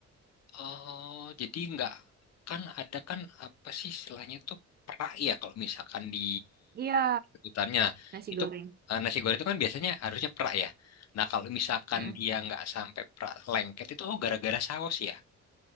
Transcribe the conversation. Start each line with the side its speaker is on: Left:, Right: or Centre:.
Left: oh, jadi nggak kan ada kan apa sih istilahnya tuh perak ya kalau misalkan di
Right: Iya,
Left: hutannya
Right: nasi
Left: itu
Right: goreng.
Left: eh, nasi goreng itu kan biasanya harusnya perak ya. Nah kalau misalkan
Right: Mm-mm.
Left: dia nggak sampai perak lengket itu oh gara-gara saus ya.